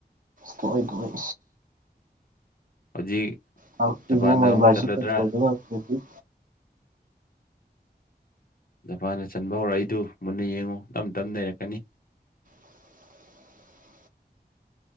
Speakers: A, on the right; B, on the left.
A: ꯊꯣꯛꯑꯣꯢ ꯊꯣꯛꯑꯣꯢ
B: ꯍꯧꯖꯤꯛ
A: ꯍꯧ <unintelligible>
B: ꯖꯄꯥꯟꯗ ꯑꯃꯨꯛ ꯆꯠꯂꯗ꯭ꯔꯥ ꯖꯄꯥꯟꯅ ꯆꯟꯕ ꯍꯧꯔꯛꯏꯗꯨ ꯃꯨꯟꯅ ꯌꯦꯡꯉꯨ ꯇꯞ ꯇꯞꯅ ꯅꯩꯔꯛꯀꯅꯤ
A: <inaudible>